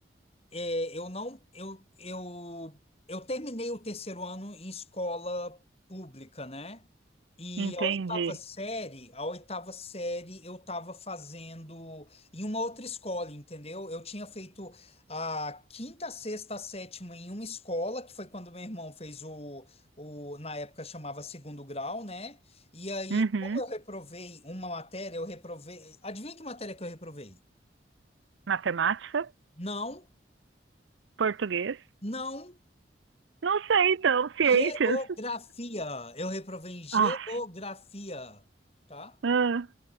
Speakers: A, on the left; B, on the right.
A: É, eu não, eu, eu, eu terminei o terceiro ano em escola pública, né? E
B: Entendi.
A: a oitava série, a oitava série eu estava fazendo em uma outra escola, entendeu? Eu tinha feito a quinta, sexta, a sétima em uma escola, que foi quando meu irmão fez o, o, na época chamava segundo grau, né? E aí,
B: Uhum.
A: como eu reprovei uma matéria, eu reprovei. Adivinha que matéria que eu reprovei?
B: Matemática?
A: Não,
B: Português?
A: não.
B: Não sei, então. Ciências?
A: Geografia. Eu reprovei em geografia,
B: Ah,
A: tá?
B: ah,